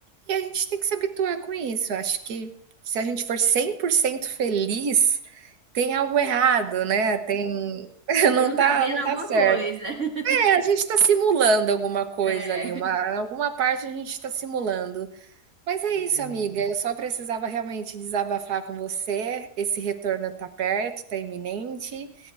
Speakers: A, on the right; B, on the right.
A: e a gente tem que se habituar com isso. Acho que se a gente for 100% feliz, tem algo errado, né, tem <laughs> não
B: Você não
A: tá
B: tá vendo
A: não
B: alguma
A: tá certo.
B: coisa. <laughs>
A: É, a gente está simulando alguma coisa
B: É.
A: ali, uma alguma parte a gente está simulando. Mas é
B: Sim,
A: isso,
B: amiga.
A: amiga, eu só precisava realmente desabafar com você, esse retorno tá perto, tá iminente,